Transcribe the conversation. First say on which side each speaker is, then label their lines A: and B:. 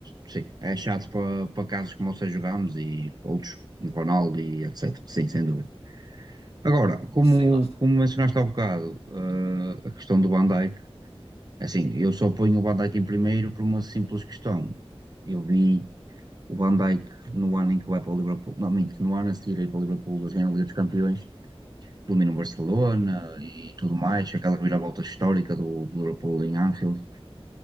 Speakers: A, on the right; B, on the right.
A: sim, é chato para, para casos como o Sérgio Ramos e outros, o Ronaldo e etc. Sim, sem dúvida. Agora, como,
B: Sim, lá está.
A: como mencionaste há bocado, eh, a questão do Van Dijk, é assim, eu só ponho o Van Dijk em primeiro por uma simples questão. Eu vi o Van Dijk no ano em que vai para o Liverpool, não, minto, no ano a seguir a ir para o Liverpool, das Liga dos Campeões, domina o Barcelona e tudo mais, aquela reviravolta histórica do, do Liverpool em Anfield.